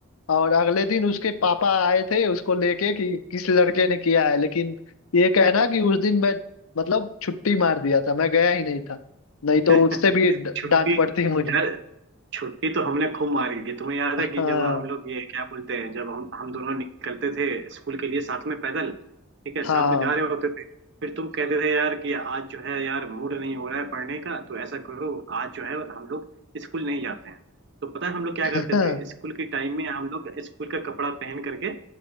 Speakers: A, on the left (about 80°); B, on the right (about 55°).
A: और अगले दिन उसके पापा आए थे उसको लेके कि किस लड़के ने किया है लेकिन ये कहना कि उस दिन मैं मतलब छुट्टी मार दिया था मैं गया ही नहीं था नहीं तो
B: <laughs>
A: उससे भी ड-
B: छुट्टी
A: डांट पड़ती मुझे
B: यार छुट्टी तो हमने खूब मारी है तुम्हें याद
A: हाँ
B: है कि जब हम लोग ये क्या बोलते हैं जब हम हम दोनों निकलते थे स्कूल के लिए साथ में पैदल ठीक है साथ
A: हाँ
B: में जा रहे होते थे फिर तुम कहते थे यार कि आज जो है यार मूड नहीं हो रहा है पढ़ने का तो ऐसा करो आज जो है हम लोग स्कूल नहीं जाते हैं तो पता है हम लोग क्या
A: <laughs>
B: करते थे स्कूल के टाइम में हम लोग स्कूल का कपड़ा पहन करके